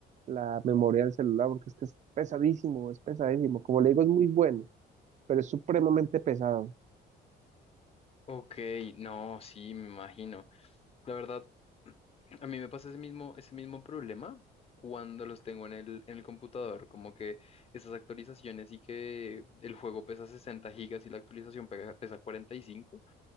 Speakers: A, on the right; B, on the left.
A: la memoria del celular, porque es que es pesadísimo, es pesadísimo. Como le digo, es muy bueno, pero es supremamente pesado.
B: Ok, no, sí, me imagino. La verdad, a mí me pasa ese mismo, ese mismo problema cuando los tengo en el, en el computador, como que esas actualizaciones y que el juego pesa 60 gigas y la actualización pega- pesa 45.